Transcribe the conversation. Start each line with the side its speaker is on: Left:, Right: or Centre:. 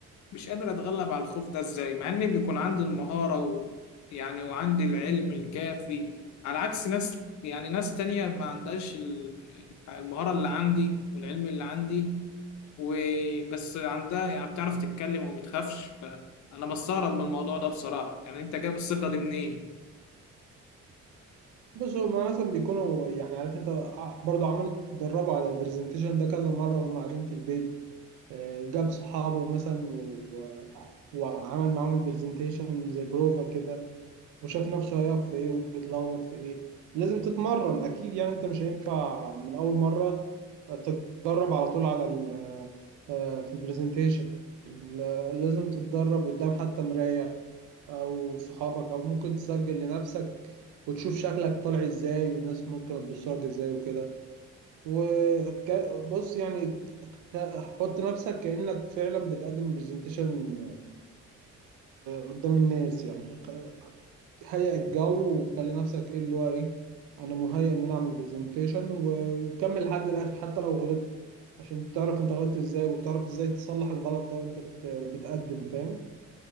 Left: مش قادر اتغلب على الخوف ده ازاي مع ان بيكون عندي المهارة و... يعني وعندي العلم الكافي على عكس ناس يعني ناس تانية ما عندهاش ال- المهارة اللي عندي والعلم اللي عندي وبس عندها يعني بتعرف تتكلم وما بتخافش فانا بستغرب من الموضوع ده بصراحة يعني انت جايب الثقة دي منين
Right: بص هما مثلا بيكونوا يعني عارف انت ع- برضو عملوا اتدربوا على البرزنتيشن ده كذا مرة وهم قاعدين في البيت آه، جاب صحابه مثلا و- وعمل معاهم البرزنتيشن زي بروفا كده وشاف نفسه هيقف في ايه ويتلخبط في ايه لازم تتمرن اكيد يعني انت مش هينفع من اول مره تتدرب على طول على ال آه، في البرزنتيشن لا- لازم تتدرب قدام حتى مرايه او صحابك او ممكن تسجل لنفسك وتشوف شكلك طالع ازاي والناس ممكن تبصلك ازاي وكده وبص يعني حط نفسك كأنك فعلا بتقدم برزنتيشن قدام الناس يعني هيئ الجو وخلي نفسك ايه اللي هو ايه انا مهيئ ان انا اعمل برزنتيشن وكمل لحد الاخر حتى لو غلطت عشان تعرف انت غلطت ازاي وتعرف ازاي تصلح الغلط ده وانت بت- بتقدم فاهم